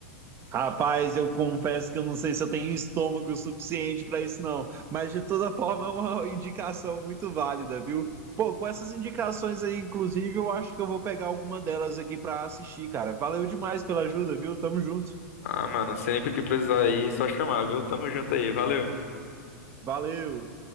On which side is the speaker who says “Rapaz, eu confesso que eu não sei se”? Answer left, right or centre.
Right